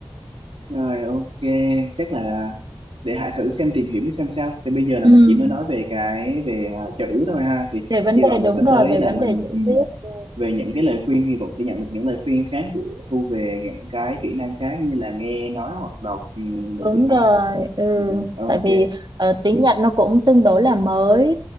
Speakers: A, on the right; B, on the right.
A: Rồi ok, chắc là để Hải thử xem tìm hiểu xem sao. Thì bây giờ là
B: Ừ.
A: mình chỉ mới nói về cái về à, chữ thôi ha. Thì
B: về vấn
A: hy vọng
B: đề đúng
A: là sắp
B: rồi
A: tới
B: về
A: là
B: vấn
A: mình
B: đề chữ
A: ừ,
B: viết
A: về những cái lời khuyên hy vọng sẽ nhận được những lời khuyên khác của Thu về những cái kỹ năng khác như là nghe nói hoặc đọc ừ, đồ
B: Đúng
A: kia ha.
B: rồi, ừ.
A: Ừ, ừ, ok.
B: Tại vì ờ, tiếng Nhật nó cũng tương đối là mới